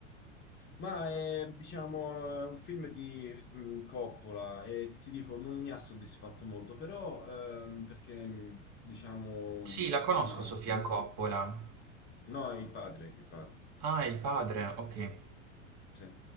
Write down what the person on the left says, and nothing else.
Ma è, diciamo, è un film di mm, Coppola e ti dico, non mi ha soddisfatto molto, però ehm, perché, mm, diciamo,
insomma,
no,
no, il padre, il padre.
Sì.